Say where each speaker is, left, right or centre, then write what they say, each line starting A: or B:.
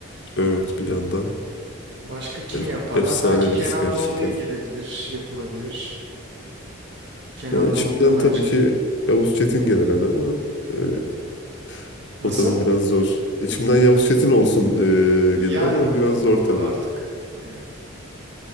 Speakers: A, on the left; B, on the right.
A: Evet bir yandan
B: Başka kimi
A: Ef-
B: yaparlar?
A: efsane
B: Belki Kenan
A: birisi gerçekten.
B: Doğulu'ya gidebilir, yapılabilir. Kenan
A: Yani içimden
B: Doğulu da bence.
A: tabii ki Yavuz Çetin gelir hani ama e, <laughs>
B: Nasıl?
A: o tabii biraz zor. İçimden Yavuz Çetin olsun
B: Yani
A: e, gelir ama
B: o
A: o biraz
B: tabii
A: zor
B: o
A: tabii.
B: artık. Aynen.